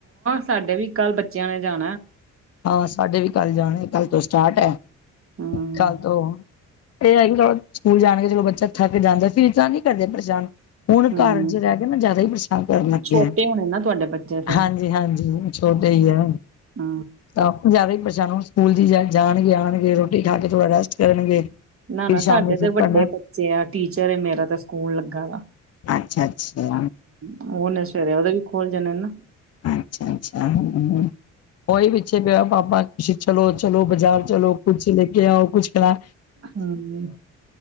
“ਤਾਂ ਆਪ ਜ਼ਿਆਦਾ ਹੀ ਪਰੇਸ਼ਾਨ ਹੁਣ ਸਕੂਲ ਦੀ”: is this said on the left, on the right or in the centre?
Left